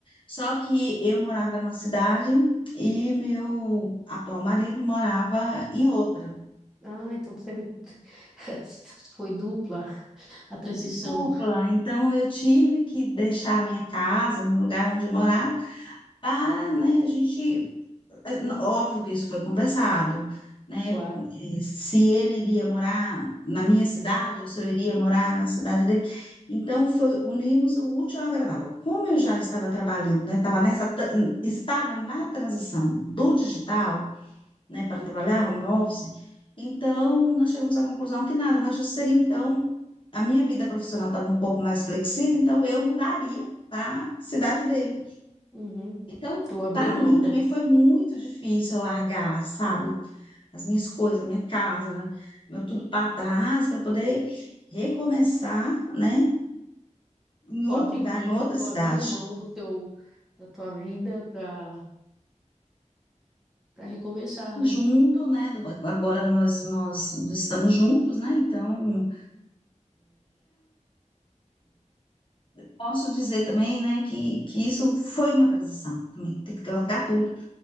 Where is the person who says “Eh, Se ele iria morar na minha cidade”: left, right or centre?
Left